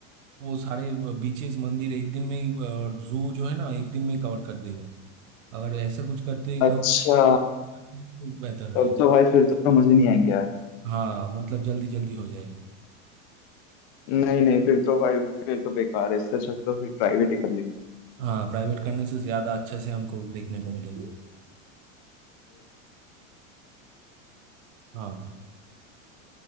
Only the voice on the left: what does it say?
अच्छा
तब तो भाई फिर तो मजे नहीं आएंगे यार
नहीं नहीं फिर तो भाई फिर तो बेकार है इससे अच्छा तो फिर प्राइवेट ही कर लेंगे